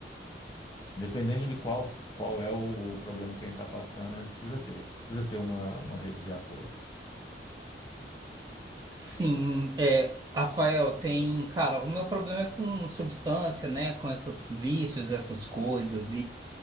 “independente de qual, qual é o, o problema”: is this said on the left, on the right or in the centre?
Left